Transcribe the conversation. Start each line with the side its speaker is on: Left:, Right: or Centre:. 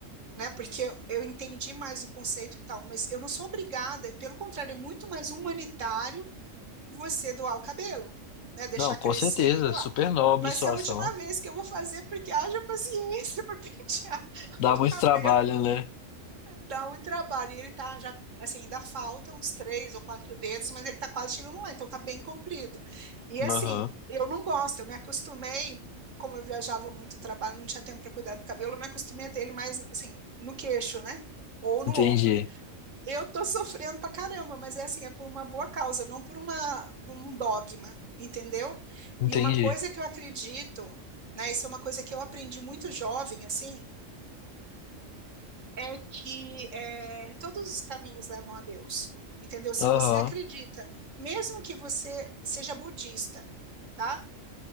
Right: né? Porque eu, eu entendi mais o conceito e tal, mas eu não sou obrigada, pelo contrário, é muito mais humanitário você doar o cabelo, né? Deixar
Left: Não, com
Right: crescer
Left: certeza,
Right: e doar.
Left: super nobre
Right: Vai
Left: sua
Right: ser a última
Left: ação.
Right: vez que eu vou fazer, porque haja paciência <laughs> para pentear
Left: Dá
Right: o
Left: muito
Right: cabelo.
Left: trabalho, né?
Right: Dá um trabalho. E ele tá já, assim, ainda falta uns três ou quatro dedos, mas ele tá quase chegando lá, então tá bem comprido. E assim,
Left: Aham,
Right: eu não gosto, eu me acostumei, como eu viajava muito trabalho, não tinha tempo para cuidar do cabelo, eu me acostumei a ter ele mais, assim, no queixo, né? Ou no
Left: entendi,
Right: ombro. Eu tô sofrendo pra caramba, mas é assim, é por uma boa causa, não por uma, por um dogma, entendeu?
Left: entendi.
Right: E uma coisa que eu acredito, né? Isso é uma coisa que eu aprendi muito jovem, assim, é que é, todos os caminhos levam a Deus, entendeu? Se
Left: Aham,
Right: você acredita, mesmo que você seja budista, tá?